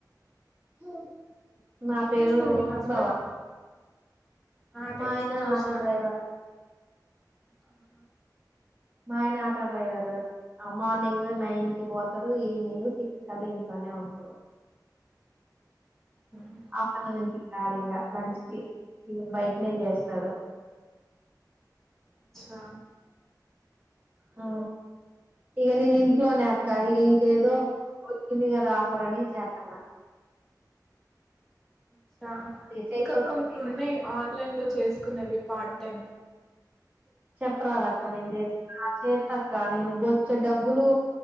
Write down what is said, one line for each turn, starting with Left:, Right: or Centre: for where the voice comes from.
Right: హ నా
Centre: ఏం
Right: పేరూ
Centre: చేస్తారు మీ హస్బెండ్?
Right: భవాని.
Centre: ఆ!
Right: మా
Centre: తెలుసు
Right: ఆయన
Centre: చూసినా.
Right: ఆటో డ్రైవర్.
Centre: ఆహా!
Right: మా ఆయన ఆటో డ్రైవర. మార్నింగ్ నైన్ కి పోతడు ఈవినింగ్ సిక్స్ కల్ల ఇంట్లోనే ఉంటడు.
Centre: హ్మ్.
Right: ఆఫ్టర్నూన్ ఇంటికి రాడు ఇంగ లంచ్ కీ, ఇగ బయటనే చేస్తడు.
Centre: అచ్చా
Right: ఆ ఇగ నేన్ ఇంట్లోనే అక్క, ఇగ ఇదేదో ఉంది కదా ఆఫర్ అనీ చేతున్న.
Centre: చ్చా
Right: అది చేయితోడు
Centre: ఇంక కొన్ని
Right: ఉంటే ఇగ
Centre: ఉన్నయి. ఆన్లైన్ లో చేసుకునేవి పార్ట్ టైం.
Right: చెప్పరాదక్క నేన్ చేస్ ఆ చేత్తక్క. నేను బొచ్చెడ్ డబ్బులూ,